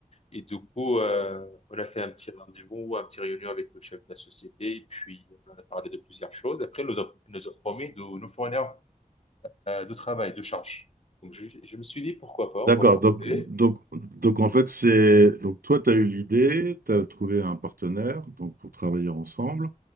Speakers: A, on the left (about 45°); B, on the right (about 85°).
A: Et du coup, euh, on a fait un petit rendez-vous, un petit réunion avec le chef de la société. Et puis, on en a parlé de plusieurs choses. Après, elle nous a, elle nous a promis de nous fournir euh, de travail, de charge. Donc, je, je me suis dit, pourquoi pas, on
B: d'accord.
A: va tenter.
B: Donc, donc, donc, en fait, c'est. Donc, toi, tu as eu l'idée, tu as trouvé un partenaire donc, pour travailler ensemble.